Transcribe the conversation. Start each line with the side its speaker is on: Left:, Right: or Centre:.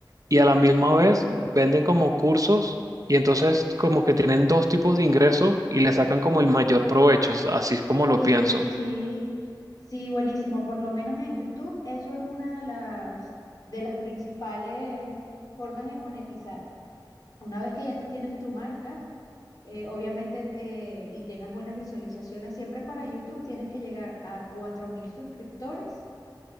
Right: y a la misma
Left: ok.
Right: vez venden como cursos y entonces como que tienen dos tipos de ingresos y le sacan como el mayor provecho, es- así es como lo
Left: Sí,
Right: pienso.
Left: sí, sí, buenísimo. Por lo menos en YouTube, eso es una de las, de las principales formas de monetizar. Una vez que ya tú tienes tu marca, eh, obviamente, eh, y tengas buenas visualizaciones, siempre para YouTube tienes que llegar a 4.000 suscriptores